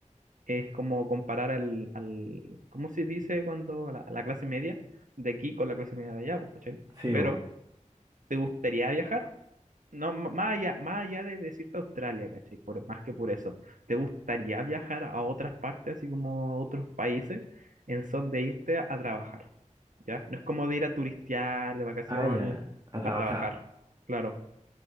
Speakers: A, on the right; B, on the right.
A: Es como comparar al, al, ¿cómo se dice cuando a la, a la clase media de aquí con la clase media de allá, pues, ¿cachai?
B: Sí,
A: Pero,
B: po.
A: ¿te gustaría viajar? no, m- más allá, más allá de decirte Australia, ¿cachai? Por más que por eso, ¿te gustaría viajar a otras partes, así como a otros países, en son de irte a, a trabajar? ¿Ya? No es como de ir a turistear, de vacaciones,
B: Ah, ya, a trabajar.
A: a trabajar. Claro.